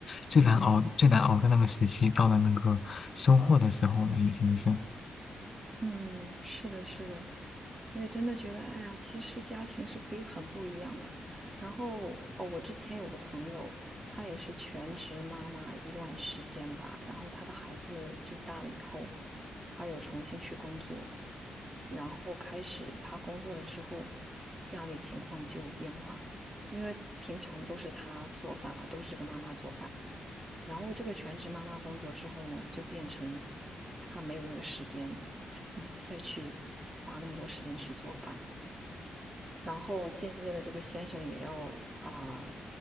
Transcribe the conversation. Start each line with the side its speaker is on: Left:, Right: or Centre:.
Left: 最难熬、
Right: 对，
Left: 最难熬的那个时期，到了那个收获的时候了，已经是
Right: 嗯，是的，是的，所以真的觉得，哎呀，其实家庭是可以很不一样的。然后哦，我之前有个朋友，她也是全职妈妈一段时间吧，然后她的孩子就大了以后，她有重新去工作。然后开始他工作了之后，家里情况就有变化，因为平常都是他做饭了，都是这个妈妈做饭。然后这个全职妈妈工作之后呢，就变成他没有那个时间，<laughs> 嗯，再去花那么多时间去做饭。然后渐渐的，这个先生也要啊、